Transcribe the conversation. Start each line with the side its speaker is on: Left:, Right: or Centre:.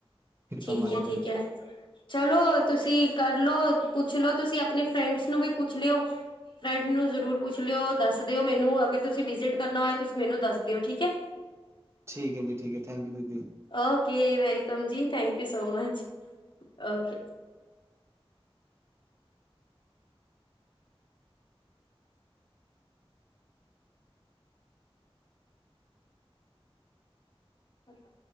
Right: ਕਿਰਪਾ
Left: ਠੀਕ
Right: ਮਾਲਕ
Left: ਹੈ, ਠੀਕ
Right: ਦੀ
Left: ਹੈ। ਚਲੋ ਤੁਸੀਂ ਕਰ ਲਓ, ਪੁੱਛ ਲਓ ਤੁਸੀਂ ਆਪਣੇ ਫਰੈਂਡਸ ਨੂੰ ਵੀ ਪੁੱਛ ਲਿਓ। <unintelligible> ਜ਼ਰੂਰ ਪੁੱਛ ਲਿਓ ਦੱਸ ਦਿਓ ਮੈਨੂੰ, ਅਗਰ ਤੁਸੀਂ ਵਿਜਿਟ ਕਰਨਾ ਹੋਇਆ ਤੁਸੀਂ ਮੈਨੂੰ ਦੱਸ ਦਿਓ ਠੀਕ ਹੈ।
Right: ਠੀਕ ਹੈ ਜੀ ਠੀਕ ਹੈ, ਥੈਂਕ ਯੂ ਦੀਦੀ।
Left: ਓਕੇ ਵੈਲਕਮ ਜੀ, thank you so much, okay. ਅੱਛਾ।